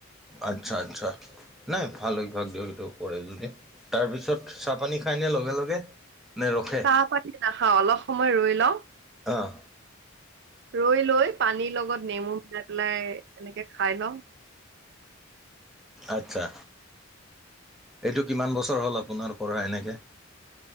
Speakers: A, in the centre; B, on the right.
A: আচ্ছা, আচ্ছা। নাই, ভাল অভ্যাস দিয়ক, এইটো কৰে যদি। তাৰপিছত চাহ-পানী খাই নে লগে লগে? নে ৰখে
B: চাহ-পাতি নাখাওঁ, অলপ সময় ৰৈ লওঁ।
A: অঁ
B: ৰৈ লৈ পানীৰ লগত নেমু মিলাই পেলাই এনেকে খাই লওঁ।
A: আচ্ছা। এইটো কিমান বছৰ হ'ল আপোনাৰ কৰা এনেকে?